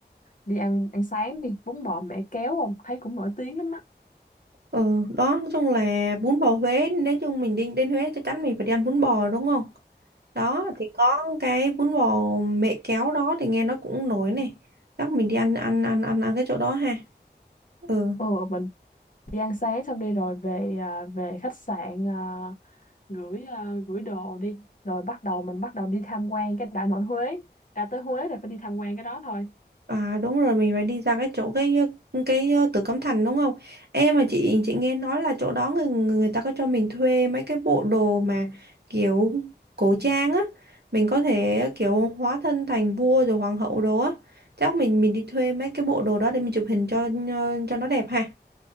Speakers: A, on the left (about 50°); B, on the right (about 65°).
A: đi ăn ăn sáng đi bún bò mẹ kéo không thấy cũng nổi tiếng lắm á.
B: Ừ, đó nói chung là bún bò Huế nói chung mình đi đến Huế chắc chắn mình phải đi ăn bún bò đúng không đó thì có cái bún bò mẹ kéo đó thì nghe nó cũng nổi này chắc mình đi ăn ăn ăn ăn ăn cái chỗ đó ha ừ
A: Ờ mình đi ăn sáng xong đi rồi về à, về khách sạn à, gửi à, gửi đồ đi rồi bắt đầu mình bắt đầu đi tham quan cái Đại Nội Huế ra tới Huế là phải đi tham quan cái đó thôi.
B: À đúng rồi mình phải đi ra cái chỗ cái cái ờ, Tử Cấm Thành đúng không? Em mà chị chị nghe nói là chỗ đó người người ta có cho mình thuê mấy cái bộ đồ mà kiểu cổ trang á, mình có thể kiểu hóa thân thành vua rồi hoàng hậu đồ á. Chắc mình mình đi thuê mấy cái bộ đồ đó để mình chụp hình cho ờ, cho nó đẹp ha.